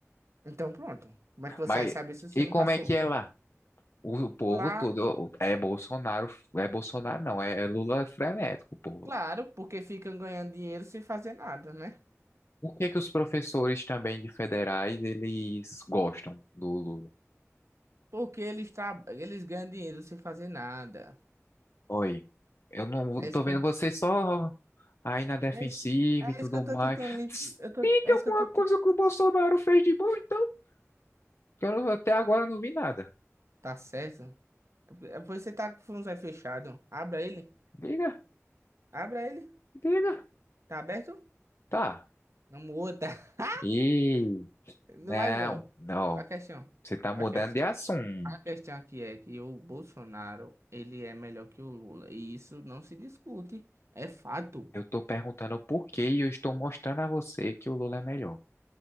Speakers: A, on the right; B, on the left.
A: Então pronto. Como é que você
B: Mas
A: vai saber se você
B: e
A: não
B: como
A: passou?
B: é que é lá? O povo
A: Lá,
B: todo é Bolsonaro, é Bolsonaro não, é Lula frenético, o povo.
A: claro, porque ficam ganhando dinheiro sem fazer nada, né?
B: Por que que os professores também de federais, eles gostam do Lula?
A: Porque eles, tra... eles ganham dinheiro sem fazer nada.
B: Oi, eu não
A: É
B: tô
A: isso que
B: vendo
A: eu...
B: você só aí na defensiva
A: É isso... é
B: e tudo
A: isso que eu
B: mais.
A: tô tentando. li- Eu tô...
B: Tem
A: É
B: alguma
A: isso que eu tô.
B: coisa
A: te-
B: que o Bolsonaro fez de bom, então? Que eu não- até agora não vi nada.
A: Tá certo? É porque é porque você tá com o fundo fechado. Abra ele.
B: Diga,
A: Abra ele.
B: diga.
A: Tá aberto?
B: Tá.
A: Não muda. <laughs>
B: E
A: Não
B: não,
A: vai, ó.
B: não.
A: A questão.
B: Você tá mudando
A: A questão.
B: de assunto.
A: A questão aqui é que o Bolsonaro, ele é melhor que o Lula. E isso não se discute. É fato.
B: Eu tô perguntando por que e eu estou mostrando a você que o Lula é melhor.